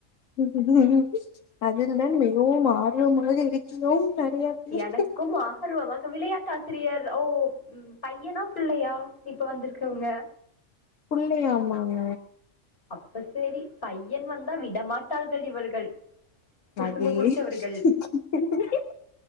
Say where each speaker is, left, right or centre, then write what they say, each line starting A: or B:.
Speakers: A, on the left; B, on the left.
A: ஹூக் உம் ஹூக் உம் அதில் தான் மிகவும் ஆர்வமாக இருக்கிறோம் நெறைய பேர்
B: எனக்கும் ஆகர்வமாக விளையாட்டு ஆசிரியர் ஓ பையனா பிள்ளையா இப்ப வந்திருக்குரவங்க
A: புள்ளைய ஆமாங்க
B: அப்ப சரி பையன் வந்தா விடமாட்டார்கள் இவர்கள் புசுங்கு
A: அது
B: புடிச்சவர்கள்
A: ஹி க் ஹிம்